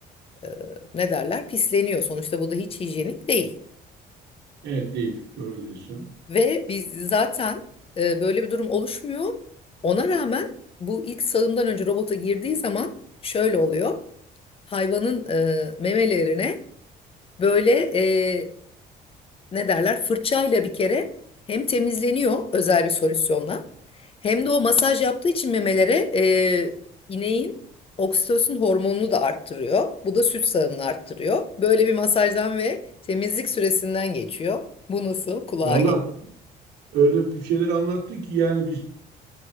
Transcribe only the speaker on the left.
e, ne derler? Pisleniyor. Sonuçta bu da hiç hijyenik değil.
Ve biz zaten e, böyle bir durum oluşmuyor. Ona rağmen bu ilk sağımdan önce robota girdiği zaman şöyle oluyor. hayvanın e, memelerine böyle e, ne derler fırçayla bir kere hem temizleniyor özel bir solüsyonla hem de o masaj yaptığı için memelere e, ineğin oksitosin hormonunu da arttırıyor. Bu da süt sağımını arttırıyor. Böyle bir masajdan ve temizlik süresinden geçiyor. Bu nasıl kulağa
geliyor?